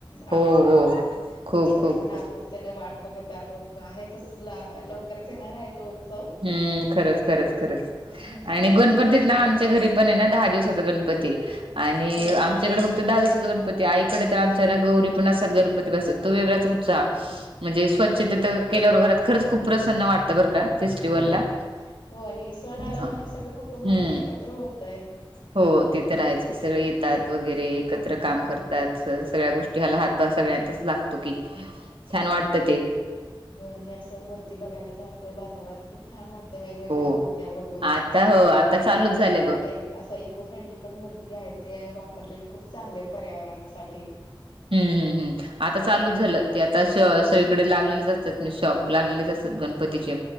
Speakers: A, on the left; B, on the right.
A: आवडतय
B: हो हो
A: मला
B: खूप
A: त्याची तर
B: खूप
A: आपण
B: खूप
A: आतुरता. त्याने वाट बघत आता आहेतच ला लवकरच येणार आहे तो उत्सव.
B: हम्म खरंच खरंच खरंच
A: हं.
B: आणि गु गणपतीत
A: तर जाऊन
B: ना आमच्या घरी पण आहे ना दहा दिवसाचा गणपती आणि
A: हो,
B: आमच्याकडे फक्त दहा दिवस. गणपती आईकडे तर आमच्याला गौरी पण असत गणपती बसत तो वेगळाच उत्साह. म्हणजे स्वच्छता तर केल्यावर घरात खरंच खूप प्रसन्न वाटतं बरं का. फेस्टिवलला
A: हो हो आणि सण आला
B: हा.
A: म्हणजे सगळं कुटुंब
B: हम्म
A: पण एकत्र होतय.
B: हो ते तर आहेच की सगळे येतात वगैरे एकत्र
A: हो,
B: काम करतात.
A: हं.
B: तात सगळ्या गोष्टी ह्याला हातभार सगळ्यांचाच लागतो की. छान
A: हो
B: वाटत ते
A: हो आणि असं मूर्ती बघायला जातोय बाजारात खूप. छान वाटते वेगवेगळ्या
B: हो
A: मूर्त्या बघून
B: आता हो
A: आणि आता
B: चालूच झालं
A: तर एका
B: बघ
A: एक. असं इको फ्रेंडली पण मूर्ती आहे ते वापरलेले खूप चांगले पर्यावरणासाठी.
B: हम्म हम् हम् आता
A: हम्म
B: चालूच झालं ते आता सगळीकडे लागलेलेच असतात शॉप लागलेच असत. गणपती चे